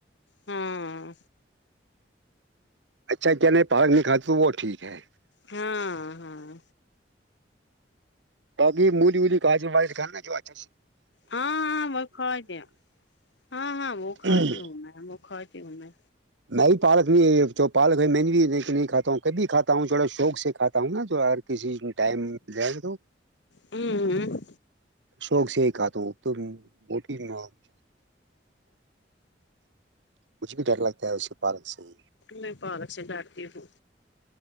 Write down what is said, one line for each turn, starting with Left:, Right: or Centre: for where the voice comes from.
Left: ہاں
Right: اچھا کیا نہیں پا نہیں کھاتا وہ ٹھیک ہے
Left: ہاں ہاں
Right: بااکہ مولی ولی کاغج وا کرا جوچ
Left: ہاں ہاں وہ کھی ہ ہاں ہاں وہ
Right: نہیں۔
Left: کھاتی ہوں میں وہ کھاتی ہوں میں
Right: میں بھی پالک نہیں جو پالک ہے میں بھی نہیں کاتاوں کبھی کھاتا ہوں تھوڑا شوق سے کاتا ہوں نا جو کسی میں ٹائم مل جائے گا تو
Left: ہوں
Right: شوق سے ہی کہ تو تو بٹ ن <unintelligible> مجھ بھی ڈر لگتا ہے اسے پارک سے ہی <unintelligible>
Left: میں پالک سے ڈٹتی ہوں